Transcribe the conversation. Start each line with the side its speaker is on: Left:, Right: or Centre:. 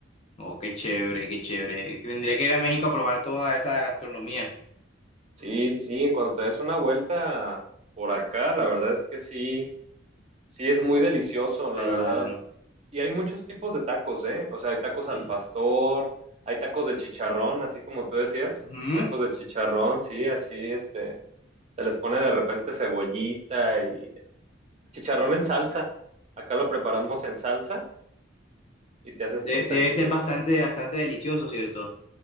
Left: oh, qué chévere, qué chévere. Tendría que ir a México a probar toda esa gastronomía.
Right: Sí, sí, sí. En cuanto te des una vuelta por acá, la verdad es que sí, sí es muy delicioso, la
Left: Claro.
Right: verdad. Y hay muchos tipos de tacos, ¿eh? O sea, hay tacos
Left: Sí.
Right: al pastor, hay tacos de chicharrón, así como tú decías,
Left: Ujú.
Right: tacos de chicharrón, sí, así, este, se les pone de repente cebollita y chicharrón en salsa. Acá lo preparamos en salsa y te haces
Left: De-
Right: tus
Left: debe
Right: taquitos.
Left: ser bastante, bastante delicioso, ¿cierto?